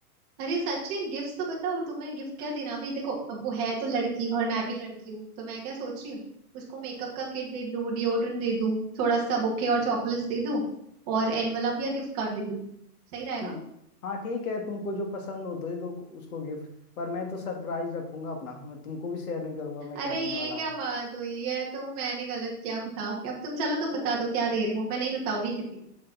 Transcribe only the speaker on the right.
अरे सचिन गिफ्ट तो बताओ तुम्हें गिफ्ट क्या देना अभी देखो अब वो है तो लड़की और मैं भी लड़की हूँ तो मैं क्या सोच रही हूँ उसको मेकअप का किट दे दूँ डिओड्रेंट दे दूँ थोड़ा सा बुके और
चॉकलेट्स दे दूँ और एनवलप या गिफ्ट कार्ड दे दूँ सही रहेगा
अरे ये
क्या
बात हुई है तो मैंने गलत किया बताओ कि अब तुम चलो तुम बता दो क्या दे रहे हो मैं नहीं बताऊंगी किसी को